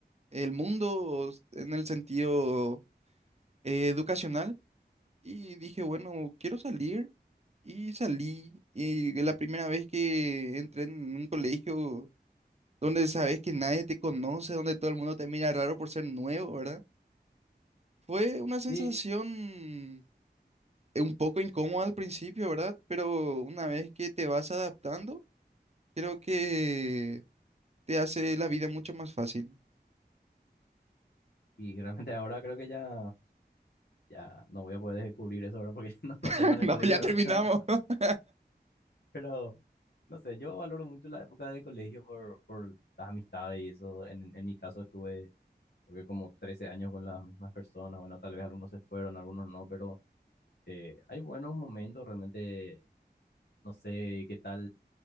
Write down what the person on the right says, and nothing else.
el mundo en el sentido eh, educacional y dije, bueno, quiero salir y salí. Y la primera vez que entré en un colegio donde sabes que nadie te conoce, donde todo el mundo te mira raro por ser nuevo, ¿verdad? Fue una Sí.
sensación eh, un poco incómoda al principio, ¿verdad? Pero una vez que te vas adaptando, creo que te hace la vida mucho más fácil.
<laughs>
No,
ya
terminamos.
<laughs>